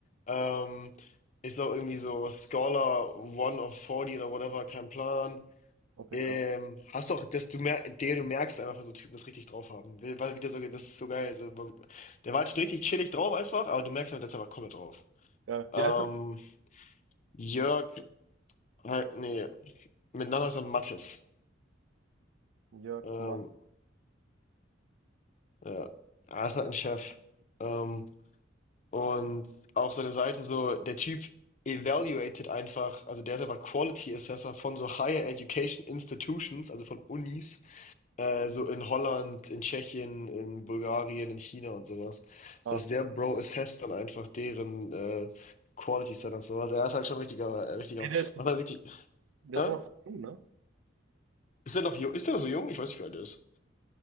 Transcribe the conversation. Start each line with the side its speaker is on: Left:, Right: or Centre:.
Left: Ähm, ist auch irgendwie so Scholar One of 40 oder whatever, kein Plan.
Right: Okay,
Left: Ähm,
Right: krass.
Left: hast doch, dass du mer der du merkst einfach, dass so Typen das richtig drauf haben. Weil weil wieder so, das ist so geil. So, man- der war halt schon richtig chillig drauf einfach, aber du merkst halt, dass er aber komplett drauf.
Right: Geil.
Left: Ähm,
Right: Wie heißt er?
Left: Jörg, halt, nee, miteinander ist er Mattes.
Right: Jörg
Left: Ähm,
Right: Matt.
Left: ja, er ist halt ein Chef. Ähm, Und auch seine Seite so, der Typ evaluated einfach, also der ist einfach Quality Assessor von so Higher Education Institutions, also von Unis, äh, so in Holland, in Tschechien, in Bulgarien, in China und sowas. Das
Right: Ah.
Left: heißt, der Bro assesst dann einfach deren äh, Quality Standards und sowas. Er ist halt schon ein richtiger, äh, richtiger,
Right: Ja, der ist,
Left: macht halt richtig,
Right: der
Left: hä?
Right: ist auch noch voll jung, ne?
Left: Ist der noch jung? Ist der noch so jung? Ich weiß nicht, wie alt er ist.